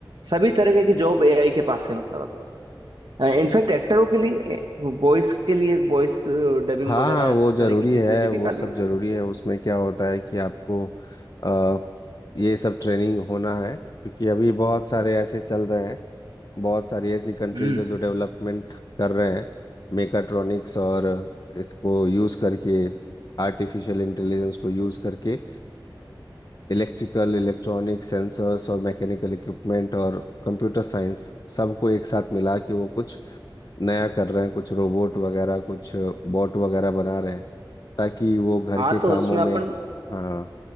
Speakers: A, on the right; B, on the left.
A: सभी तरीके की जॉब एआई के पास है मतलब अभी इनफैक्ट एक्टरों के लिए वॉइस के लिए वॉइस डबिंग
B: हाँ
A: वगैरह
B: हाँ वो
A: इस
B: जरूरी
A: तरह की
B: है
A: चीजें भी
B: वो
A: निकाली
B: सब
A: है
B: जरूरी है उसमें क्या होता है कि आपको अ, ये सब ट्रेनिंग होना है क्योंकि अभी बहुत सारे ऐसे चल रहे हैं बहुत सारी ऐसी कंट्रीज
A: हम्म
B: है जो डेवलपमेंट कर रहे हैं मेकाट्रॉनिक्स और इसको यूज करके आर्टिफिशियल इंटेलिजेंस को यूज करके इलेक्ट्रिकल इलेक्ट्रॉनिक सेंसर्स और मैकेनिकल इक्विपमेंट और कंप्यूटर साइंस सबको एक साथ मिला के वो कुछ नया कर रहे हैं कुछ रोबोट वगैरह कुछ बॉट वगैरह बना रहे हैं ताकि वो घर
A: हाँ
B: के कामों
A: तो उसमें अपन
B: में हाँ